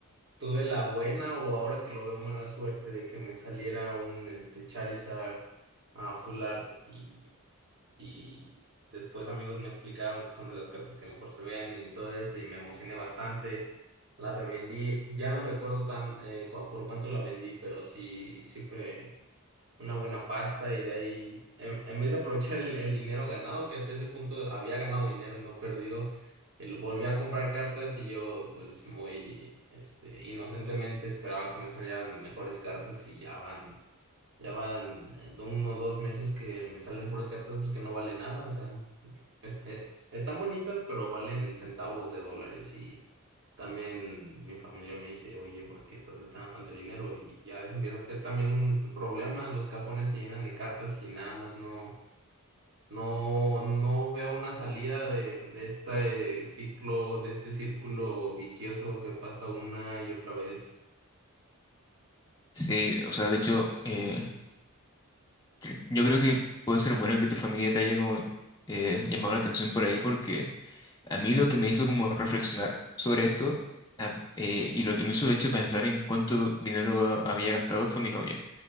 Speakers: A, on the right; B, on the left.
A: Tuve la buena o ahora que lo vemos la suerte de que me saliera un este Charizard a full art y, y después amigos me explicaron que son de las cartas que mejor se ven y todo esto y me emocioné bastante. La revendí, ya no recuerdo tan eh, cua- por cuánto la vendí, pero sí, sí fue una buena pasta y de ahí, en, en vez de aprovechar el, el dinero ganado, que hasta ese punto había ganado dinero y no perdido, eh, lo volví a comprar cartas y yo pues muy este, inocentemente esperaba que me salieran mejores cartas y ya van, ya van eh, de uno o dos meses que me salen puras cartas pues que no vale nada, o sea. Es- eh, están bonitas, pero valen centavos de dólares. Y también mi familia me dice, oye, ¿por qué estás gastando tanto dinero? Y ya es- empieza a ser también un este, problema. Los cajones se llenan de cartas y nada más no, no, no veo una salida de, de este ciclo, de este círculo vicioso que pasa una y otra vez.
B: Sí, o sea, de hecho, eh, cre- yo creo que puede ser bueno que tu familia te haya como eh, llamado la atención por ahí, porque a mí lo que me hizo como reflexionar sobre esto a- eh, y lo que me hizo de hecho pensar en cuánto dinero había gastado fue mi novia.